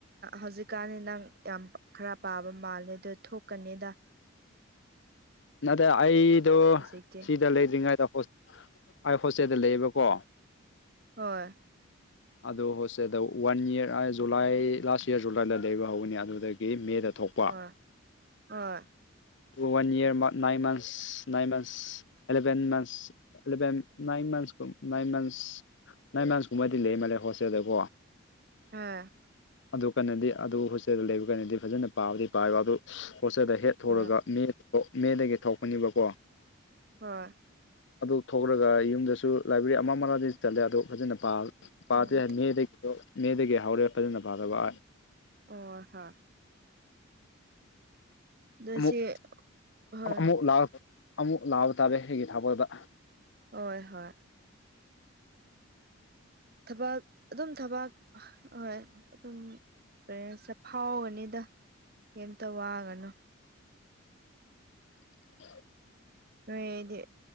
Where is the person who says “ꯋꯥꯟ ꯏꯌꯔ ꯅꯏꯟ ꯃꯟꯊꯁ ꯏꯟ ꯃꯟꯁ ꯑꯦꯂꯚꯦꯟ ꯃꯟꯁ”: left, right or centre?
Left